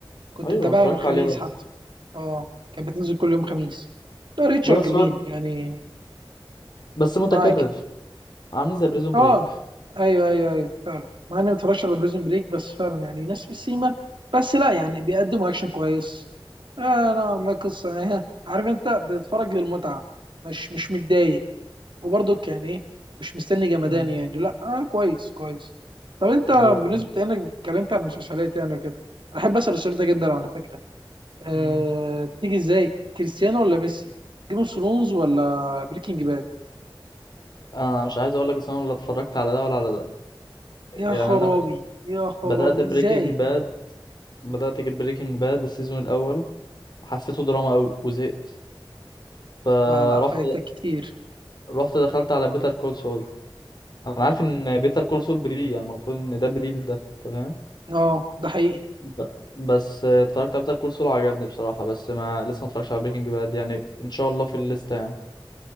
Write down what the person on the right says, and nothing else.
كنت
متابعها
من الخميس
حتى اه كانت بتنزل كل يوم خميس لا ريتشر
جميل
يعني
معاك
اه ايوه ايوه ايوه فعلا مع اني ما اتفرجتش على بريزن بريك بس فعلا يعني ناس في السيما بس لا يعني بيقدموا اكشن كويس آه لا ما قصه يعني ها، عارف انت بتتفرج للمتعه مش مش متضايق وبرضك يعني ايه مش مستني جمدان
يعني لا آه كويس كويس طب انت بالنسبه
يعني انك اتكلمت عن المسلسلات يعني وكده أنا احب اسال السؤال ده جدا على فكره آه
بتيجي ازاي كريستيانو ولا ميسي جيم اوف ثرونز ولا بريكنج باد
يا خرابي
يا خرابي
ازاي
لا لا فايتك كتير
اه ده حقيقي